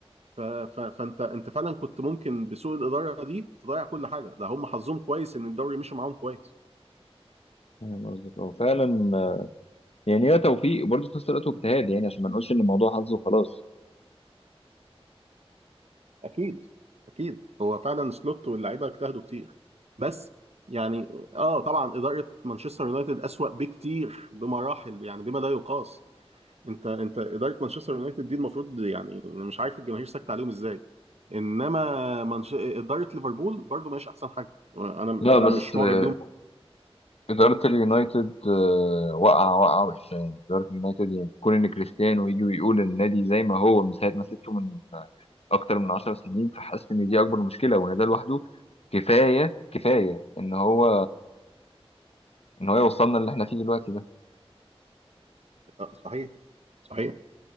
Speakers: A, on the right; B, on the left.
A: ف- ف- فانت انت فعلا كنت ممكن بسوء الاداره دي تضيع كل حاجه ده هم حظهم كويس ان الدوري مشي معاهم كويس
B: فاهم قصدك اه فعلا آه، يعني هي توفيق برضه في نفس الوقت واجتهاد يعني عشان ما نقولش ان الموضوع حظ وخلاص
A: اكيد اكيد هو فعلا سلوت واللعيبه اجتهدوا كتير بس يعني اه طبعا اداره مانشستر يونايتد اسوأ بكتير بمراحل يعني بما لا يقاس انت انت اداره مانشستر يونايتد دي المفروض يعني انا مش عارف الجماهير ساكت عليهم ازاي انما منش... اداره ليفربول برضو ماشي احسن حاجه انا
B: لا
A: انا
B: لا بس
A: مش
B: لا
A: معجب بيهم
B: آه، إدارة اليونايتد آه، واقعة واقعة وحشة يعني إدارة اليونايتد يعني كون إن كريستيانو يجي ويقول النادي زي ما هو من ساعة ما سبته من آه، أكتر من 10 سنين فحاسس إن دي أكبر مشكلة وإن ده لوحده كفاية كفاية إن هو ان هو يوصلنا اللي احنا فيه دلوقتي ده
A: آه، صحيح صحيح